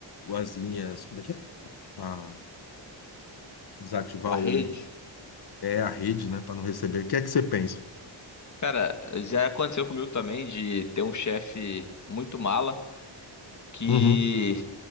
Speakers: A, on the left; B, on the left.
A: as linhas, como é que é? Ah, desativar
B: A rede.
A: o, é a rede, né, para não receber. O que é que você pensa?
B: Cara, já aconteceu comigo também de ter um chefe muito mala que
A: Uhum.